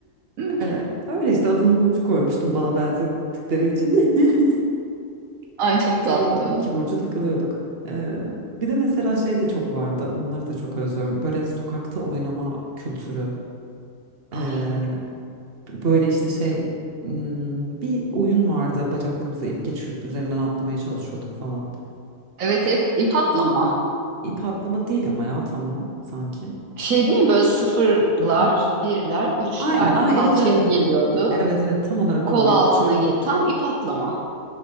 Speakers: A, on the right; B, on the right.
A: <laughs>
B: Evet, Öyle işte adını Burcu koymuştum bana benzettikleri için. <laughs>
A: Ay çok tatlı.
B: Böyle iki burcu takılıyorduk. Ee, bir de mesela şey de çok vardı. Onları da çok özlüyorum. Böyle sokakta oynama kültürü.
A: Ah.
B: Ee, böyle işte şey hmm, bir oyun vardı. Bacaklarımıza ip geçirip üzerinden atlamaya çalışıyorduk falan.
A: Evet hep ip atlama.
B: İp atlama değil ama ya tam o sanki.
A: Şey değil mi böyle sıfırlar,
B: <laughs>
A: birler, üçler
B: Aynen. Aa,
A: kalçaya
B: evet evet evet.
A: geliyordu.
B: Evet evet tam olarak
A: Kol
B: o oyun.
A: altına gel. Tam ip atlama.